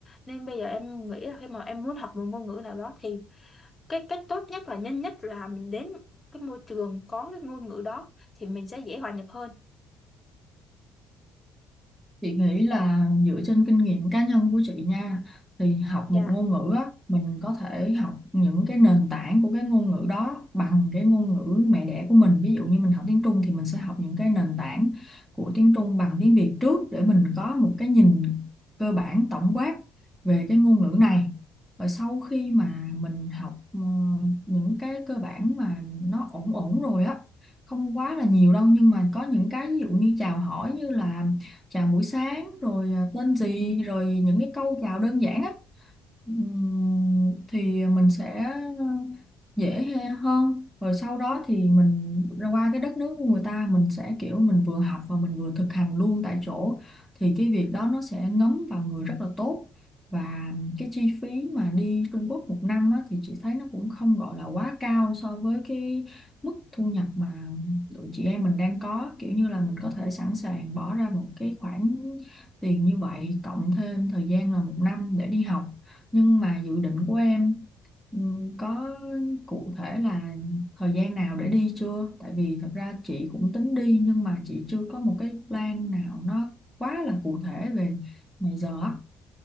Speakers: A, on the left (about 20°); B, in the centre.
A: nên bây giờ em nghĩ là khi mà em muốn học một ngôn ngữ nào đó thì cái cách tốt nhất và nhanh nhất là mình đến cái môi trường có cái ngôn ngữ đó thì mình sẽ dễ hòa nhập hơn
B: Chị nghĩ là dựa trên kinh nghiệm cá nhân của chị nha thì học
A: dạ
B: một ngôn ngữ á, mình có thể học những cái nền tảng của cái ngôn ngữ đó bằng cái ngôn ngữ mẹ đẻ của mình ví dụ như mình học tiếng Trung thì mình sẽ học những cái nền tảng của tiếng Trung bằng tiếng Việt trước để mình có một cái nhìn cơ bản tổng quát về cái ngôn ngữ này và sau khi mà mình học ờ, những cái cơ bản mà nó ổn ổn rồi á không quá là nhiều đâu nhưng mà có những cái ví dụ như chào hỏi như là chào buổi sáng rồi à, tên gì rồi những cái câu chào đơn giản á Ừm, thì mình sẽ dễ he- hơn rồi sau đó thì mình ra qua cái đất nước của người ta mình sẽ kiểu mình vừa học và mình vừa thực hành luôn tại chỗ thì cái việc đó nó sẽ ngấm vào người rất là tốt và cái chi phí mà đi Trung Quốc một năm á, thì chị thấy nó cũng không gọi là quá cao so với cái mức thu nhập mà tụi chị em mình đang có kiểu như là mình có thể sẵn sàng bỏ ra một cái khoản tiền như vậy cộng thêm thời gian là một năm để đi học nhưng mà dự định của em ừ, có cụ thể là thời gian nào để đi chưa? Tại vì thật ra chị cũng tính đi nhưng mà chị chưa có một cái plan nào nó quá là cụ thể về ngày giờ á.